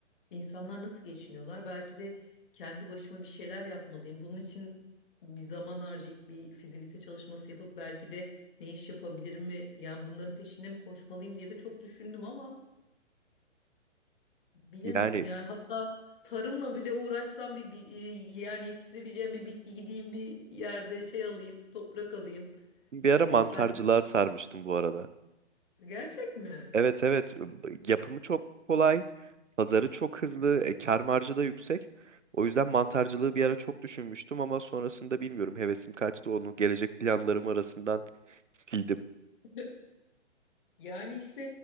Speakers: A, on the left; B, on the right.
A: İnsanlar nasıl geçiniyorlar? Belki de kendi başıma bir şeyler yapmalıyım. Bunun için bir zaman harcayıp bir fizibilite çalışması yapıp belki de ne iş yapabilirim mi? Yani bunların peşinde mi koşmalıyım diye de çok düşündüm ama bilemedim.
B: Yani
A: Yani hatta tarımla bile uğraşsam bir, bir- e, yani yetiştirebileceğim bir bitki gideyim bir yerde şey alayım, toprak alayım.
B: bir ara
A: E,
B: mantarcılığa
A: kendim...
B: sarmıştım bu arada.
A: Gerçek mi?
B: Evet evet yapımı çok kolay, pazarı çok hızlı, e, kar marjı da yüksek. O yüzden mantarcılığı bir ara çok düşünmüştüm ama sonrasında bilmiyorum hevesim kaçtı onu gelecek planlarım arasından sildim.
A: <laughs> Yani işte